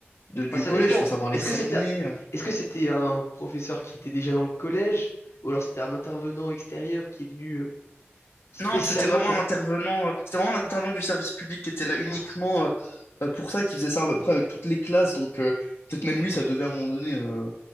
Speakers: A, on the left; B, on the left.
A: de- du
B: Bah, ça
A: collège,
B: dépend.
A: faut savoir les
B: Est-ce
A: cerner.
B: que c'était,
A: euh.
B: est-ce que c'était un professeur qui était déjà dans le collège, ou alors c'était un intervenant extérieur qui est venu euh, spécialement
A: Non, c'était vraiment
B: pour.
A: un intervenant, euh, c'était vraiment un intervenant du service public qui était là uniquement euh, euh, pour ça, qui faisait ça à peu près avec toutes les classes. Donc euh, peut-être même lui, ça devait à un moment donné euh,